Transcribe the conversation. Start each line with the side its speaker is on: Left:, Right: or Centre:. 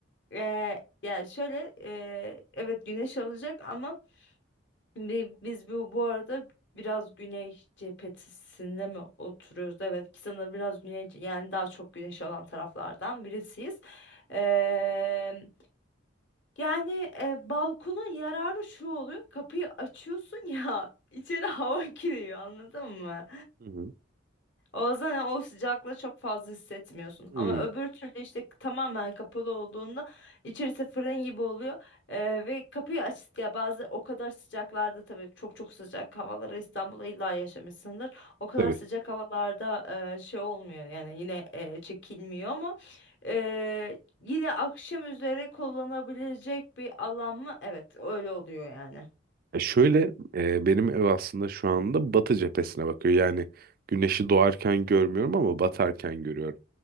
Left: Eee yani şöyle eee, evet güneş alacak ama bi- biz bu, bu arada biraz güney cephesinde mi oturuyoruz? Evet sanırım biraz güney yani daha çok güneş alan taraflardan birisiyiz. Eee, yani e, balkonun yararı şu oluyor kapıyı açıyorsun ya <laughs> içeri hava giriyor anladın mı?
Right: Hı hı.
Left: O zaman o sıcaklığı çok fazla hissetmiyorsun.
Right: Hmm,
Left: Ama öbür türlü işte tamamen kapalı olduğunda içerisi fırın gibi oluyor. Ee, ve kapıyı aç ya bazı o kadar sıcaklarda tabii çok çok sıcak havalara İstanbul'da illa yaşamışsındır. O kadar
Right: tabii.
Left: sıcak havalarda e, şey olmuyor yani yine e, çekilmiyor ama e, yine akşam üzere kullanabilecek bir alan mı? Evet öyle oluyor yani.
Right: E şöyle e, benim ev aslında şu anda batı cephesine bakıyor. Yani güneşi doğarken görmüyorum ama batarken görüyorum.